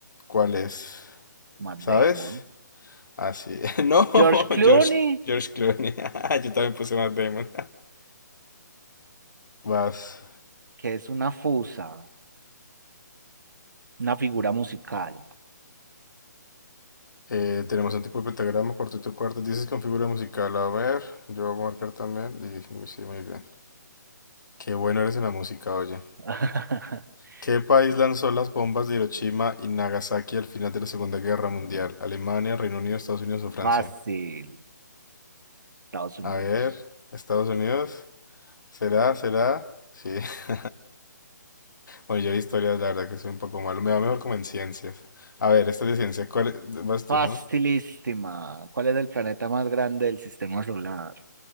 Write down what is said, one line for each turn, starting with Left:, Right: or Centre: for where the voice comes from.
Left: ¿cuál es?
Right: Matt
Left: ¿Sabes?
Right: Damon.
Left: Así. <laughs> No, No,
Right: George Clooney,
Left: George, George Clooney. <laughs> Yo también puse Matt Damon. <laughs> Vas.
Right: que es una fusa, una figura musical.
Left: Eh, tenemos un tipo de pentagrama, cuarteto de cuerdas. Dices con figura musical. A ver, yo voy a marcar también. Y, dije, sí, muy bien. Qué bueno eres en la música, oye.
Right: <laughs>
Left: ¿Qué país lanzó las bombas de Hiroshima y Nagasaki al final de la Segunda Guerra Mundial? ¿Alemania, Reino Unido, Estados Unidos o Francia?
Right: Fácil, Estados Unidos.
Left: A ver, Estados Unidos. ¿Será? ¿Será? Sí. <laughs> Bueno, yo de historias, la verdad que soy un poco malo. Me va mejor como en ciencias. A ver, esta es de ciencia. ¿Cuál es? vas tú,
Right: Facilísima.
Left: no?
Right: ¿Cuál es el planeta más grande del sistema solar?